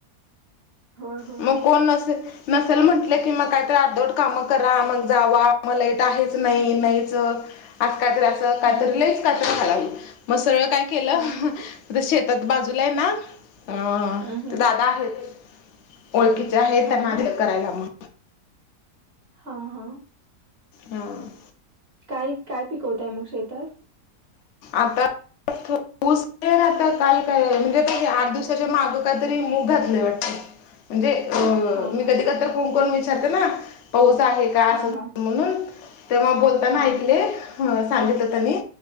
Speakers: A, on the right (about 45°); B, on the left (about 65°).
A: होय हो
B: मग कोण नसे नसेल म्हंटले की मग काहीत अर्दोड कामं करा मग जावा मला इट आहे नाही
A: हं,
B: नाही
A: हं.
B: कातरी अस काातरी
A: हं, हं.
B: लच कात घालावी मग सगळ काही केलं
A: हां, हां.
B: त शेतात बाजूला आहे ना अ
A: हं, हं.
B: ते दादा आहेत ओळखीचे आहे
A: हां,
B: त्यांना आदिच करायला मग
A: हां हां
B: हम
A: काय काय पिकवतय मग शेतात
B: आता ऊस ना आता काल काय म्हणजे आठ दिवसाच्या माग काहीतरी मूग घातलंय वाटत म्हणजे अ
A: हां,
B: मी
A: हां.
B: कधी कध कोण कोण विचारते ना पाऊस आहे का
A: हां,
B: अस
A: हां.
B: म्हणून तेव्हा बोलताना
A: हां.
B: ऐकले सांगितलं त्यांनी